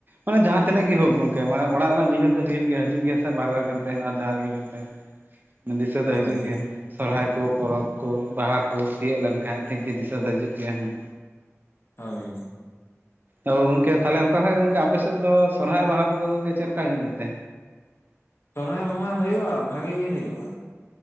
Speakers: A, on the right; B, on the left.
A: ᱚᱱᱮ ᱡᱟᱦᱟᱸ ᱛᱤᱱᱟᱹᱜ ᱜᱮ ᱦᱳᱠ ᱜᱚᱝᱠᱮ ᱢᱟᱱᱮ ᱚᱲᱟᱜ ᱫᱚ ᱩᱭᱦᱟᱹᱨ ᱫᱚ ᱦᱩᱭᱩᱜ ᱜᱮᱭᱟ ᱦᱤᱡᱩᱜ ᱜᱮᱭᱟ ᱥᱮ ᱵᱟᱨᱦᱮ ᱨᱮᱵᱮᱱ ᱛᱟᱦᱮᱱᱟ ᱟᱨ ᱡᱟᱦᱟᱸ ᱨᱮᱜᱮ ᱵᱮᱱ ᱛᱟᱦᱮᱱ ᱫᱤᱥᱟᱹ ᱫᱚ
B: ᱦᱳᱭ
A: ᱦᱤᱡᱩᱜ ᱜᱮᱭᱟ ᱥᱚᱨᱦᱟᱭ ᱠᱚ ᱯᱚᱨᱚᱵ ᱠᱚ ᱵᱟᱦᱟ ᱠᱚ ᱛᱤᱭᱳᱜ ᱞᱮᱱ ᱠᱷᱟᱡ ᱴᱷᱤᱠ ᱜᱮ ᱫᱤᱥᱟᱹ ᱫᱚ ᱦᱤᱡᱩᱜ ᱜᱮᱭᱟ ᱦᱟᱜ
B: ᱦᱳᱭ
A: ᱚ ᱜᱚᱝᱠᱮ ᱛᱟᱦᱞᱮ ᱚᱱᱠᱟ ᱠᱷᱟᱡ ᱜᱚᱝᱠᱮ ᱟᱯᱮᱥᱮᱫ ᱫᱚ ᱥᱚᱨᱦᱟᱭ ᱵᱟᱦᱟ ᱠᱚᱫᱚ ᱜᱚᱝᱠᱮ ᱪᱮᱫ ᱞᱮᱠᱟ ᱦᱩᱭᱩᱜ ᱜᱮᱛᱮ
B: ᱥᱚᱨᱦᱟᱭ ᱢᱟᱦᱟ ᱦᱩᱭᱩᱜ ᱟ ᱵᱷᱟᱜᱤ ᱜᱮ ᱦᱩᱭᱩᱜ ᱟ